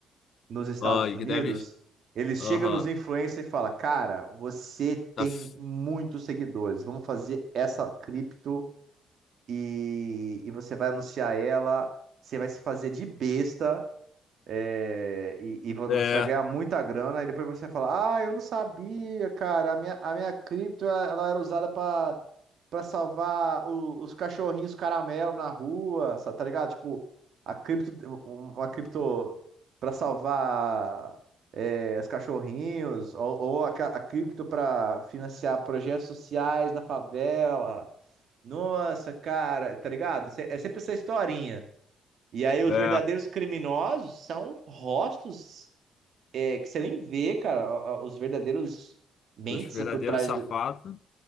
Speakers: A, on the right (about 65°); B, on the left (about 60°).
A: nos Estados
B: Ah, e
A: Unidos.
B: deve.
A: Eles
B: Aham.
A: chegam nos influencers e falam: Cara, você
B: Tá...
A: tem
B: f-
A: muitos seguidores, vamos fazer essa cripto e, e você vai anunciar ela. Você vai se fazer de besta é, e, e vo-
B: É,
A: você vai ganhar muita grana, e depois você fala, ah, eu não sabia, cara, a minha, a minha cripto, ela, ela era usada para para salvar o- os cachorrinhos caramelo na rua, sa- tá ligado? Tipo, a cripto, um, um, uma cripto para salvar é, os cachorrinhos, ou, ou a, ca- a cripto para financiar projetos sociais na favela. Nossa, cara, tá ligado? É sempre essa historinha. E aí os
B: é.
A: verdadeiros criminosos são rostos é, que você nem vê, cara. a- a- Os verdadeiros mentes
B: Os verdadeiros
A: por trás
B: safados.
A: do...